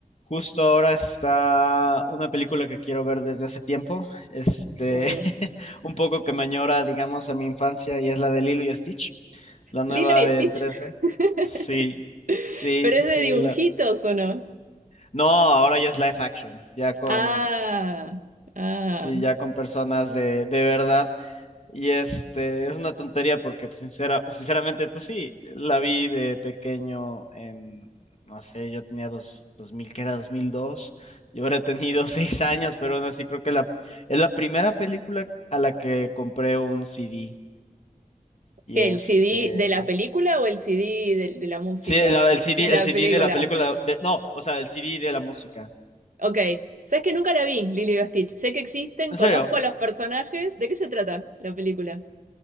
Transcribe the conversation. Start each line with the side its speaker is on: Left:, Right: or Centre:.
Left: Justo ahora está una película que quiero ver desde hace tiempo, este,
Right: ¿Cuál?
Left: <laughs> un poco que me añora, digamos, a mi infancia y es la de Lilo y Stitch, la nueva
Right: Lilo y
Left: de
Right: Stitch.
Left: en 3D.
Right: <laughs>
Left: Sí, sí,
Right: ¿Pero es
Left: sí.
Right: de dibujitos
Left: la-
Right: o no?
Left: No, ahora ya es live action, ya con,
Right: Ah, ah.
Left: sí, ya con personas de, de verdad. Y este, es una tontería porque pues, sincera- sinceramente, pues sí, la vi de pequeño en, no sé, yo tenía dos, 2000 que era dos mil dos yo habré tenido <laughs> seis años, pero aún así creo que la, es la primera película a la que compré un CD. Y
Right: ¿Qué,
Left: este,
Right: el CD de la película o el CD de, de la música?
Left: sí, la- el CD,
Right: De la
Left: el
Right: película.
Left: CD de la película, de, no, o sea, el CD de la música.
Right: Ok. ¿Sabes que nunca la vi, Lilo y Stitch? Sé que existen,
Left: En
Right: conozco
Left: serio,
Right: los personajes. ¿De qué se trata la película?